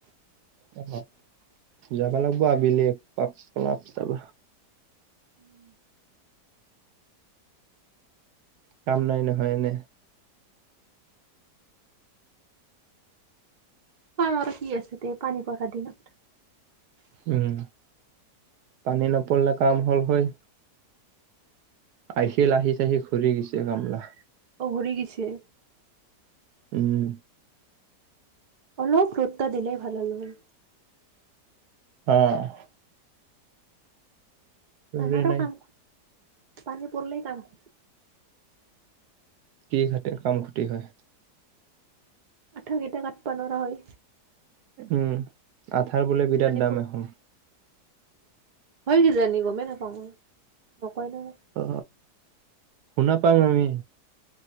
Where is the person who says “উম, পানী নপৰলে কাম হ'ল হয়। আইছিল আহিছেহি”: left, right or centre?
Right